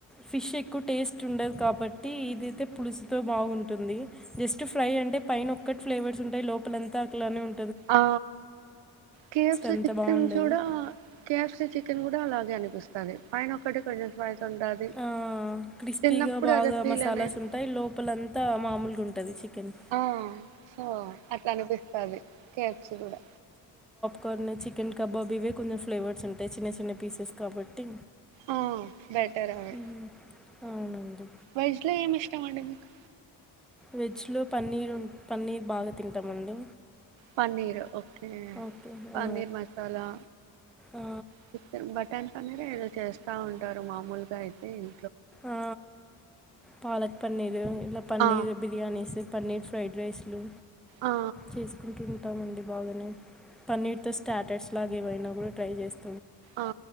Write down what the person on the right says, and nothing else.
ఆ కే ఎఫ్ సి
చిక్కెన్
కూడా కే ఎఫ్ సి చికెన్ కూ అలాగే అనిపిస్తాది పైన ఒక్కటి కొంచెం ఉంటది
తిన్నప్పుడు
అదే ఫీల్
అనేది
ఆ సో అట్లా అనిపిస్తాది కే ఎఫ్ సి కూడా
ఆ బెటర్ అవి
వెజ్ లో ఏమి ఇష్టము అండి మీకు
పన్నీర్ ఓకే
పన్నీర్
మసాలా
చికెన్ బ టన్ పనిరో ఏదో చేస్తా ఉంటారు మామూలుగా అయితే ఇం
ఆ
ఆ
ఆ